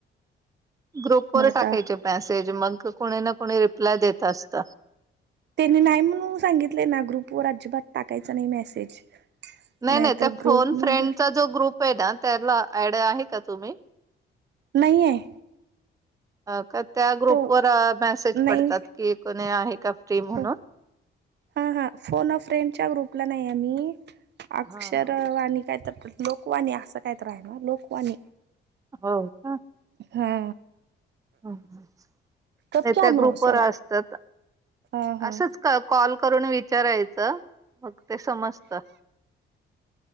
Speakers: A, on the right (about 15°); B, on the right (about 60°).
A: ग्रुप
B: मग
A: वर
B: आता
A: टाकायचे मॅसेज मग कोणी ना कोणी रिप्लाय देत असत.
B: त्यांनी नाही म्हणून सांगितलंय ना ग्रुप व अजिबात टाकायच नाही मेसेज.
A: नाही
B: नाहीतर
A: नाही त्या
B: ग्रुप
A: फोन
B: मध्ये
A: फ्रेंडचा जो ग्रुप आहे ना त्याला ड आहे का तुम्ही
B: नाहीे आहे.
A: अ का त्या ग्रुपवरर
B: तो
A: मेसेज
B: नाही
A: पडतात कि कोणी आहे. का फ्री म्हणून
B: हो हा हा फोन फ्रेंडच्या ग्रुपला नाही आम् अक्षर
A: हा हा.
B: आणि काय तर लोकवाणी असं कायत रा ना लोकवाणी
A: हो का
B: हा
A: नाही
B: कब क्या
A: त्या
B: नो
A: ग्रुप
B: स्वरा
A: वर असतात.
B: हा
A: असंच
B: हा
A: कॉल करून विचारायचं. मग ते समजत.